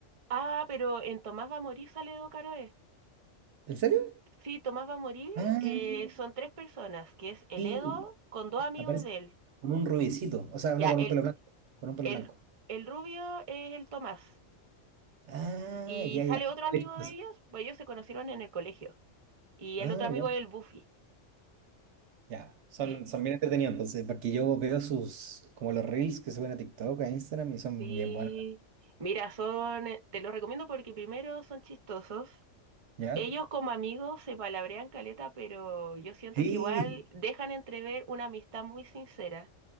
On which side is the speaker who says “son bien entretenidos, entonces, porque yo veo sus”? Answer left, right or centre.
Right